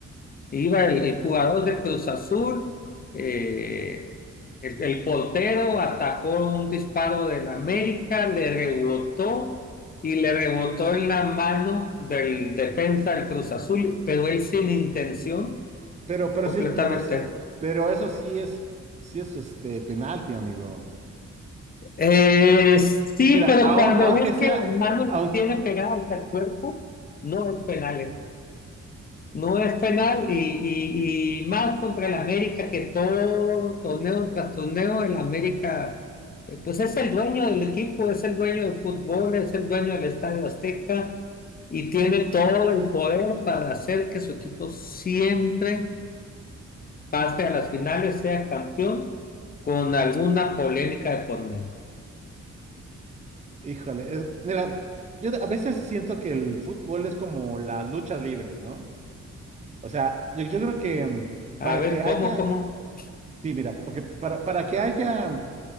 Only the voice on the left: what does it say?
Iba el, el jugador del Cruz Azul, eh, el, el portero atajó un disparo del América, le rebotó y le rebotó en la mano del defensa del Cruz Azul, pero él sin intención
completamente.
Eh, sí,
pero
cuando
ves
que las manos
las tiene pegadas al cuerpo, no es penal. No es penal y, y- y más contra el América que todo torneo tras torneo el América, eh, pues es el dueño del equipo, es el dueño del fútbol, es el dueño del Estadio Azteca y tiene todo el poder para hacer que su equipo siempre pase a las finales, sea campeón con alguna polémica de por medio.
A
ver,
¿cómo,
cómo?